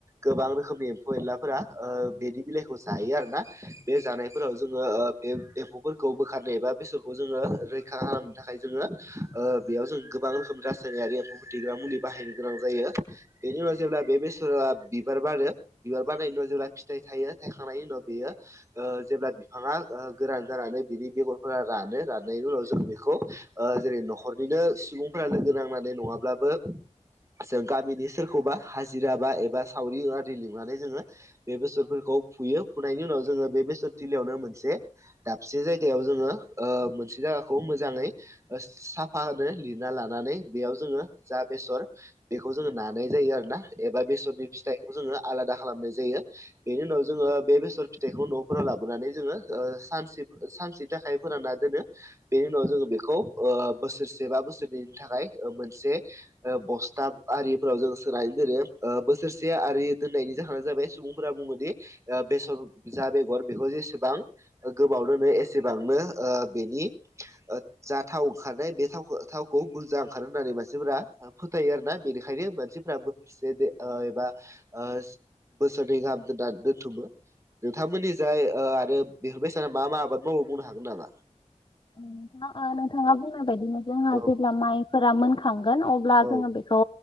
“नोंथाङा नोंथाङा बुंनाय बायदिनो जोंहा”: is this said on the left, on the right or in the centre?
Left